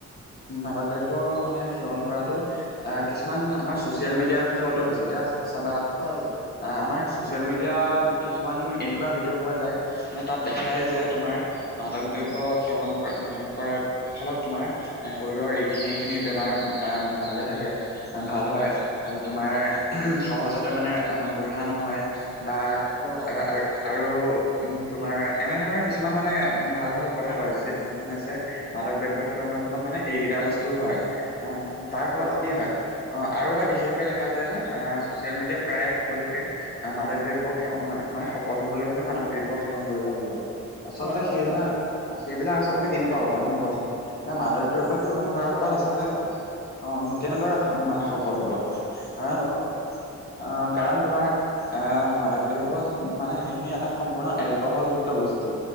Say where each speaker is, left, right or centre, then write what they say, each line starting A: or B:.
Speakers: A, on the left; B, in the centre.
A: মাদক দ্ৰব্য সেৱন কৰাটো অ কিছুমান আমাৰ চচিয়েল মিডিয়াৰ ফলতো হৈছে এতিয়া চাবা
B: হয়
A: আ আমাৰ ছচিয়েল মিডিয়াত কিছুমান এনেকুৱা ভিডিঅ' পোৱা যায় মানে তাত দেখায় যে
B: অ
A: তোমাৰ মাদক দ্ৰব্য সেৱন কৰা মান কৰাৰ ফলত তোমাৰ এ শৰীৰৰ এইখিনি এই খিনি তোমাৰ এম ভালে থাকে ভাল হয় আৰু তোমাৰ সহজতে মানে বুঢ়া নহয় বা
B: অ
A: আ আৰ আৰু উম তোমাৰ এনে ধৰণৰ কিছুমান মানে উম ভাল ভাল কথা কয় যে মানে যে মাদক দ্ৰব্য সেৱনৰ ফলত মানে এইকেইটা বস্তু হয় আহ তাৰ ফলত
B: অ
A: কি হয় অ আৰু এটা বিশেষকৈ দেখা যায় যে ছচিয়েল মিডিয়াত প্ৰায়ে কৈ থাকে মাদক দ্ৰব্য সেৱন মানে শকত হবলৈ হলে মাদক দ্ৰব্য সেৱন কৰিব লাগিব আচলতে
B: হয় হয়
A: সেইবিলাক
B: অ
A: সেইবিলাক আচলতে কেনেকুৱা কথা তুমি কোৱাচোন এতিয়া মাদক
B: অ
A: দ্ৰব্য
B: সেইবোৰ
A: সেৱন
B: একদম
A: কৰাৰ
B: বহুত
A: ফলত
B: বেয়া
A: আচলতে
B: কথা অ
A: অ কেনেদৰে মানে শকত হ'ব কাৰণ
B: অ
A: আহ কাৰণ তোমাৰ আহ মাদক দ্ৰব্যত মানে সেইখিনি এটা সম্পূৰ্ণ এলকহলযুক্ত বস্তু